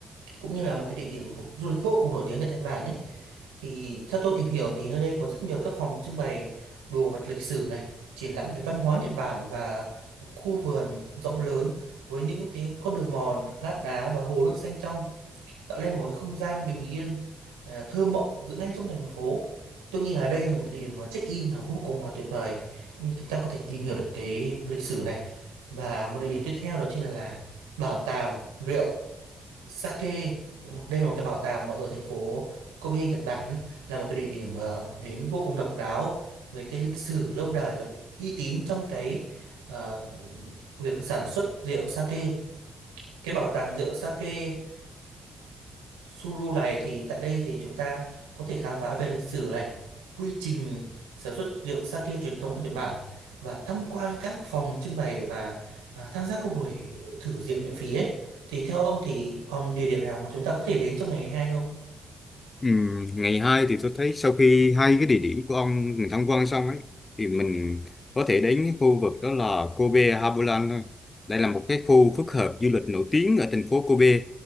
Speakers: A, on the right (about 85°); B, on the left (about 35°).
A: cũng như là một cái địa điểm vô- du lịch vô cùng nổi tiếng tại Nhật Bản ấy thì theo tôi tìm hiểu thì nơi đây có rất nhiều các phòng trưng bày đồ vật lịch sử này triển lãm về văn hóa Nhật Bản và một khu vườn rộng lớn với những cái con đường mòn lát đá và hồ nước xanh trong tạo lên một cái không gian bình yên à, thơ mộng giữa ngay trong thành phố tôi nghĩ là đây là một cái địa điểm mà check-in là vô cùng là tuyệt vời cũng như chúng ta có thể tìm hiểu được cái lịch sử này và một địa điểm tiếp theo đó chính là bảo tàng rượu Sake đúng không? Đây là một cái bảo tàng mà ở thành phố Kobe, Nhật Bản là một cái địa điểm ờ, đến vô cùng độc đáo với cái lịch sử lâu đời và uy tín trong cái ờ, việc sản xuất rượu sake. Cái bảo tàng rượu sake Suru này thì tại đây thì chúng ta có thể khám phá về lịch sử này, quy trình sản xuất rượu sake truyền thống của Nhật Bản và tham quan các phòng trưng bày và à, tham gia các buổi thử rượu miễn phí ấy. Thì theo ông thì còn địa điểm nào mà chúng ta có thể đến trong ngày hai không?
B: Ừm, ngày 2 thì tôi thấy sau khi hai cái địa điểm của ông mình tham quan xong ấy thì mình có thể đến cái khu vực đó là Kobe Harbourland thôi. Đây là một cái khu phức hợp du lịch nổi tiếng ở thành phố Kobe.